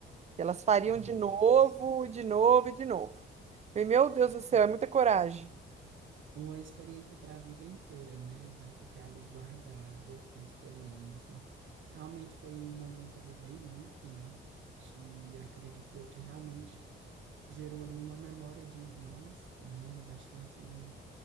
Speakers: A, on the right; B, on the right.
A: que Elas fariam
B: Nossa.
A: de novo, de novo e de novo. Falei, Meu Deus do céu,
B: E
A: é muita coragem.
B: Uma experiência para a vida inteira, né? Vai ficar ali guardado a experiência. Realmente foi um momento ali bem único, né? Que acredito eu que realmente gerou ali uma memória de irmãs, né? Bastante